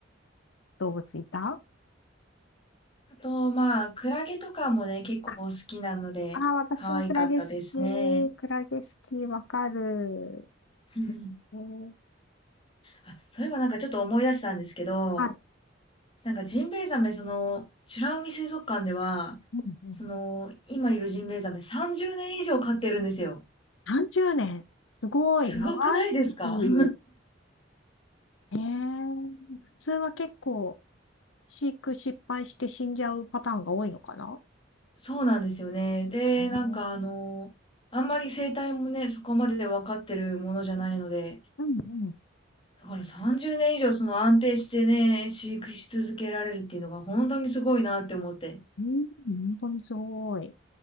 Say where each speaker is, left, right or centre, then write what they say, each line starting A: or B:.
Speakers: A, on the left; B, on the left.
A: 動物いた
B: あと、まあ、クラゲとかもね、結構好きなので、
A: あ、あー、私もクラゲ好
B: 可愛かったですね。
A: き。クラゲ好き、わかる。
B: <laughs>
A: えー、
B: あ、そういえばなんかちょっと思い出したんですけど、
A: はい。
B: なんかジンベエザメ、その、美ら海水族館では、
A: うんうん、
B: その、今いるジンベエザメ30年以上飼ってるんですよ。
A: 30年。すごい、
B: すごくないですか
A: 長生き。
B: <laughs>
A: えー、普通は結構、飼育失敗して死んじゃうパターンが多いのかな
B: そうなんですよね。で、
A: え
B: なんかあの、あんまり生態もね、そこまで分かってるものじゃないので、
A: うんうん。
B: だから30年以上その安定してね、飼育し続けられるっていうのが本当にすごいなって思って。
A: うん、本当にすごい。